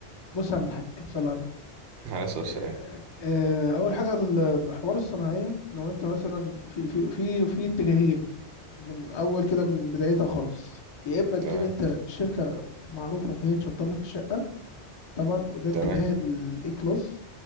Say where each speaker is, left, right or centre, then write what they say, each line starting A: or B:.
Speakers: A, on the left; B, on the right.
A: بص يا عم الحاج صلى على النبي
B: على اساس السلام
A: آه، آه، اول حاجه ال- حوار الصناعيه لو انت مثلا في في في في اتجاهين من اول كده من بدايتها خالص يا اما تجيب
B: تمام
A: انت شركه معروفه هي تشطب لك الشقه طبعا وده اتجاه
B: تمام
A: الاي كلاس